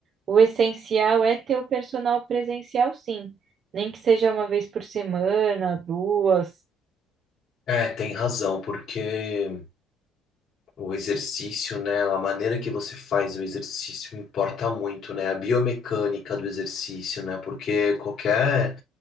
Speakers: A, on the right (about 50°); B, on the left (about 45°).
A: o essencial é ter o personal presencial, sim. Nem que seja uma vez por semana, duas.
B: É, tem razão, porque O exercício, né? A maneira que você faz o exercício importa muito, né? A biomecânica do exercício, né? Porque qualquer,